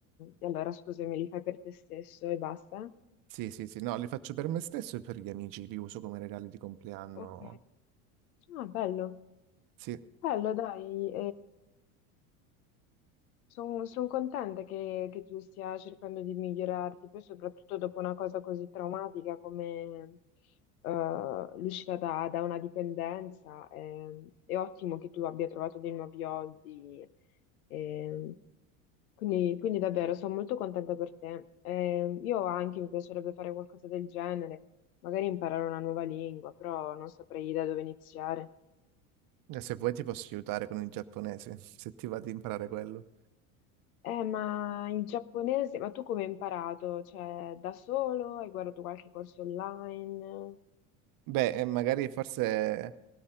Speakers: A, on the left; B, on the right.
A: mm, Allora, scusami, li fai per te stesso e basta?
B: Sì, sì, sì, no, li faccio per me stesso e per gli amici, li uso come regali di compleanno.
A: Ok. Ah, bello,
B: Sì, e
A: bello, dai, sono contenta che, che tu stia cercando di migliorarti, poi soprattutto dopo una cosa così traumatica come eh, l'uscita da, da una dipendenza. ehm, è ottimo che tu abbia trovato dei nuovi hobby. ehm, quindi, quindi davvero sono molto contenta per te. Ehm, io anche mi piacerebbe fare qualcosa del genere, magari imparare una nuova lingua, però non saprei da dove iniziare.
B: se vuoi ti posso aiutare con il giapponese, <laughs> se ti va di imparare quello.
A: Eh, ma il giapponese, ma tu come hai imparato? Cioè, da solo? Hai guardato qualche corso online?
B: Beh, eh, magari forse